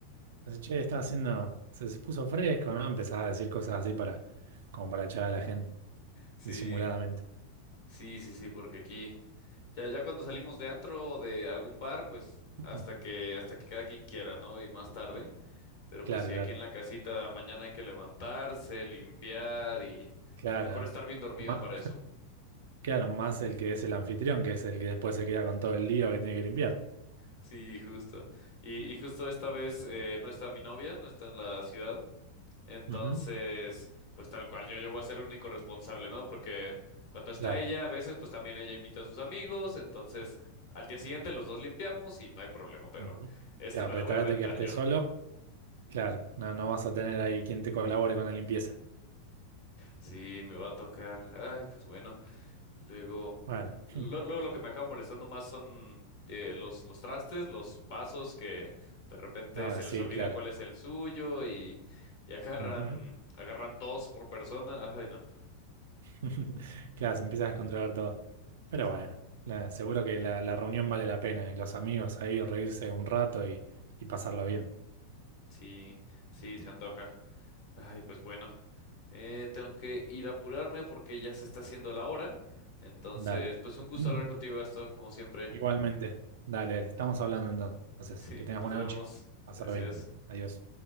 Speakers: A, on the right; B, on the left.
A: Entonces, che, está haciendo, se, se puso fresco, ¿no? Empezás a decir cosas así para, como para echar a la gente,
B: sí,
A: disimuladamente.
B: sí, sí, sí, porque aquí ya, ya cuando salimos de antro o de algún bar, pues
A: <laughs>
B: hasta que, hasta que cada quien quiera, ¿no? Y más tarde. Pero
A: Claro,
B: pues sí,
A: claro,
B: aquí en la casita mañana hay que levantarse, limpiar y
A: claro,
B: mejor estar bien dormido
A: ¿no? Ma-
B: para eso.
A: Claro, más el que es el anfitrión, que es el que después se queda con todo el lío que tiene que limpiar.
B: Sí, justo. Y, y justo esta vez eh, no está mi novia, no está en la ciudad. Entonces,
A: Ujú,
B: pues tal cual, yo, yo voy a ser el único responsable, ¿no? Porque cuando está
A: Claro,
B: ella, a veces pues también ella invita a sus amigos. Entonces, al día siguiente los dos limpiamos y no hay problema, pero
A: Ujú.
B: esta
A: claro,
B: me
A: pero
B: la
A: esta
B: voy a
A: vez
B: aventar
A: te quedaste
B: yo.
A: solo, claro, no, no vas a tener ahí quien te colabore con la limpieza.
B: Sí, me va a tocar. Ay, pues bueno. Y luego,
A: Bueno,
B: lo-
A: <laughs>
B: luego lo que me acaba molestando más son eh, los, los trastes, los vasos que de repente
A: a
B: se
A: sí,
B: les olvida
A: claro.
B: cuál es el suyo y, y agarran,
A: Ujú.
B: agarran dos por persona. Ay, no.
A: <laughs> Claro, se empieza a descontrolar todo. Pero
B: Sí,
A: bueno, la- seguro que la, la reunión vale la pena, eh, Los amigos ahí, reírse un rato y, y pasarlo bien.
B: sí, sí, se antoja. Ay, pues bueno. Eh, tengo que ir a apurarme porque ya se está haciendo la hora. Entonces,
A: Dale.
B: pues un gusto
A: <clears throat>
B: hablar contigo, Gastón, como siempre.
A: Igualmente,
B: <laughs>
A: dale, dale, estamos hablando entonces.
B: Sí,
A: Que tengas
B: nos
A: buena
B: vemos.
A: noche. Pasarlo
B: Gracias.
A: bien. Adiós.